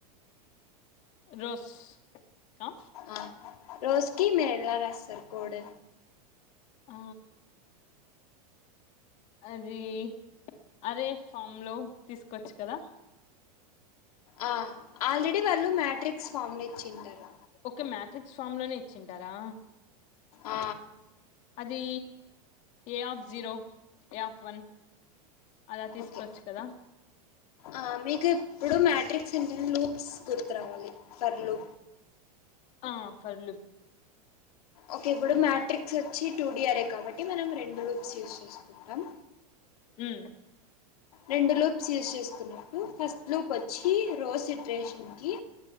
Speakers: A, on the left; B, on the left.
A: రోస్ కా
B: ఆ రోస్ కి మీరు ఎలా రాస్తారు కోడ్
A: ఆ అది అరే ఫామ్ లో తీసుకోవచ్చు కదా
B: ఆ ఆల్రెడీ వాళ్ళు మ్యాట్రిక్స్ ఫామ్లు ఇచ్చింటారు
A: ఓకే మ్యాట్రిక్స్ ఫామ్ లోనే ఇచ్చింటారా
B: ఆ
A: అది A of zero A of one అలా తీసుకోవచ్చు
B: ఓకే
A: కదా
B: ఆ మీకు ఇప్పుడు మాట్రిక్స్ ఏంట లూక్స్ గుర్తురావాలి ఫర్లు
A: ఆ ఫర్లు
B: ఓకే ఇప్పుడు మ్యాట్రిక్స్ వచ్చి టూ డిఆరే కాబట్టి మనం రెండు లూప్స్ యూస్ చేసుకుంటాం
A: హ్మ్
B: రెండు లూప్స్ యూస్ చేసుకున్నట్టు ఫస్ట్ లోప్ వచ్చి రోస్ సిట్రేషన్ కి